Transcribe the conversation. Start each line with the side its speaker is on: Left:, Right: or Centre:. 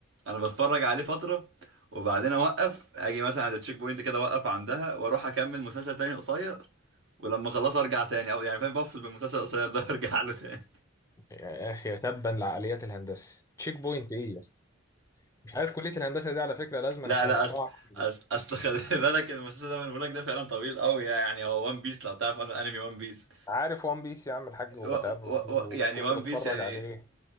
Right: انا بتفرج عليه فتره وبعدين اوقف اجي مثلا عند التشيك بوينت كده اوقف عندها واروح اكمل مسلسل تاني قصير ولما اخلصه ارجع تاني او يعني فاهم بفصل بالمسلسل القصير ده <laughs> وارجع له تاني
Left: يا اخي تبا لعقليات الهندسه تشيك بوينت ايه يا اسطى مش عارف كليه الهندسه دي على فكره لازم
Right: لا
Left: احنا
Right: لا
Left: نقطعها
Right: اصل اصل اصل خلي <laughs> بالك المسلسل ده بقول لك ده فعلا طويل قوي يعني هو وان بيس لو تعرف عن الانمي وان بيس
Left: عارف وان بيس يا عم الحاج وبتابعه
Right: و و
Left: وكنت
Right: و يعني وان
Left: بتفرج
Right: بيس يعني
Left: عليه